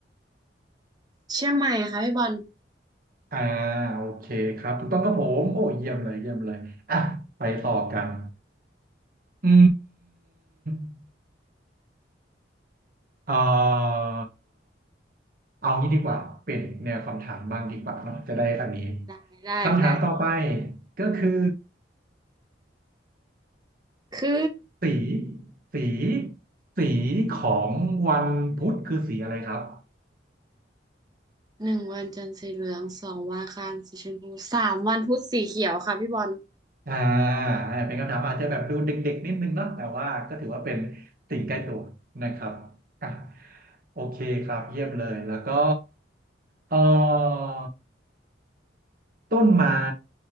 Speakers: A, on the right; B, on the right.
A: เชียงใหม่ค่ะพี่บอล
B: อ่าโอเคครับถูกต้องครับผมโอ้เยี่ยมเลยเยี่ยมเลยอ่ะไปต่อกัน อืมเอ่อเอางี้ดีกว่าเป็นแนวคำถามบ้างดีกว่าเนาะจะได้อันนี้
A: ได้ได้ได้
B: คำถามต่อไปก็คือ
A: คือ
B: สีสีสีของวันพุธคือสีอะไรครับ
A: หนึ่งวันจันทร์สีเหลืองสองวันอังคารสีชมพูสามวันพุธสีเขียวค่ะพี่บอล
B: อ่าเป็นคำถามอาจจะแบบดูเด็กๆนิดนึงเนาะแต่ว่าก็ถือว่าเป็นสิ่งใกล้ตัวนะครับอ่ะโอเคครับเยี่ยมเลยแล้วก็เอ่อ ต้นไม้